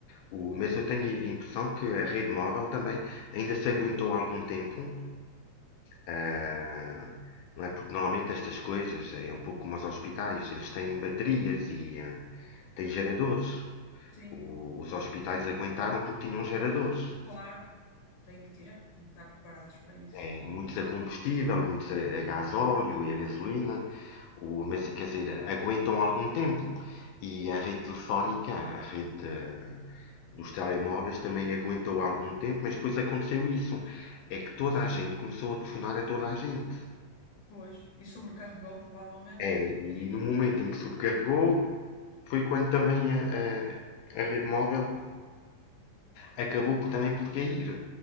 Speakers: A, on the left; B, on the left.
A: O, mas eu tenho a impressão que a rede móvel também ainda se aguentou algum tempo. ah,
B: sim,
A: não é? Porque normalmente estas coisas é um pouco como os hospitais, eles têm baterias e ah, têm geradores.
B: sim.
A: O- os hospitais aguentaram porque tinham geradores.
B: Claro, tem que ter, tem que estar preparados para isso.
A: É, muitos a combustível, muitos a, a gás óleo e a gasolina, o, mas quer dizer, aguentam algum tempo. E a rede telefónica, a rede eh, dos telemóveis também aguentou algum tempo, mas depois aconteceu isso. É que toda
B: Sim.
A: a gente começou a telefonar a toda a gente.
B: Pois, e sobrecarregou provavelmente
A: É,
B: e,
A: e no momento em que sobrecarregou, foi quando também a, a, a rede móvel acabou por, também por cair.